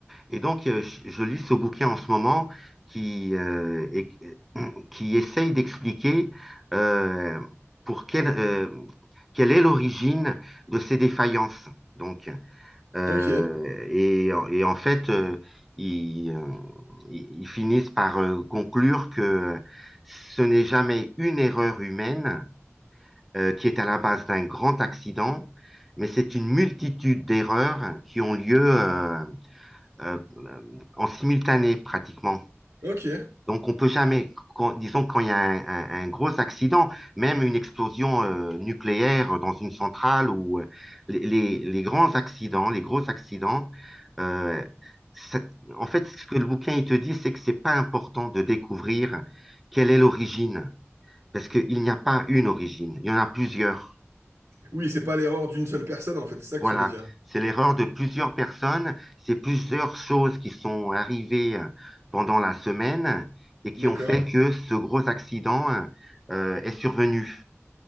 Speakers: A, in the centre; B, on the right.
A: Et donc, euh, je je lis ce bouquin en ce moment qui, euh, et- euh, qui essaye d'expliquer euh, pour quelle, euh, quelle est l'origine de ces défaillances. Donc, euh,
B: Ok.
A: et, et en fait, euh, ils, euh, ils- ils finissent par euh, conclure que ce n'est jamais une erreur humaine, euh, qui est à la base d'un grand accident, mais c'est une multitude d'erreurs qui ont lieu euh, euh, en simultané pratiquement.
B: Ok.
A: Donc on peut jamais, quand- disons quand il y a un, un- un gros accident, même une explosion euh, nucléaire dans une centrale ou euh, les, les- grands accidents, les gros accidents, euh, ça- en fait ce que le bouquin il te dit, c'est que c'est pas important de découvrir quelle est l'origine, parce qu'il n'y a pas une origine, il y en a plusieurs.
B: Oui, c'est pas l'erreur d'une seule personne en fait, c'est ça que
A: Voilà,
B: tu veux dire.
A: c'est l'erreur de plusieurs personnes, c'est plusieurs choses qui sont arrivées euh, pendant la semaine et qui
B: D'accord.
A: ont fait que ce gros accident euh, est survenu.